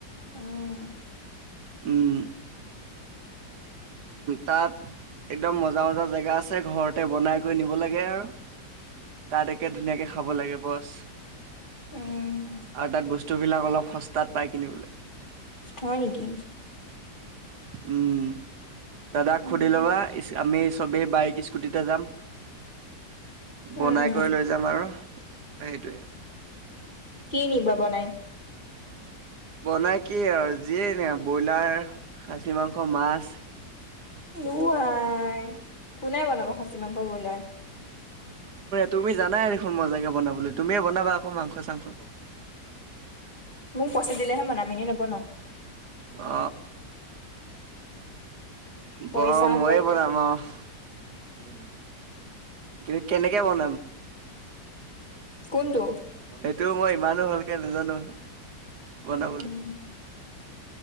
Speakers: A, on the left; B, on the right.
A: উম
B: উম তাত একদম মজা মজা জেগা আছে ঘৰতে বনাই কৰি নিব লাগে আৰু তাত একে ধুনীয়াকে খাব লাগে বছ
A: উম
B: আৰু তাত বস্তু বস্তুবিলাক অলপ সস্তাত পাই কিনিবলৈ
A: হয় নেকি
B: উম দাদাক
A: উম
B: সুধি ল'বা আমি চবেই বাইক স্কুটিতে যাম বনাই
A: উম
B: কৰি লৈ যাম আৰু সেইটোৱে
A: কি নিব বনাই
B: বনাই কি আৰু যিয়ে নিয় ব্ৰইলাৰ খাচী মাংস মাছ
A: ও আই কোনে বনাব খাচী মাংস ব্ৰইলাৰ
B: তুমি জানাই দেখোন মজাকে বনাব তুমিয়ে বনাবা কমংখ চংখ
A: পইচি দিলেহে মন মিনি নব ন?
B: অ,
A: পইচা
B: ব
A: আগত
B: ময়ে বনাম অ উম, কিন্তু কেনেকে বনাম,
A: কোনটো?
B: সেইটো মই ইমানো ভালকে নাজানো বনাবলৈ,
A: উম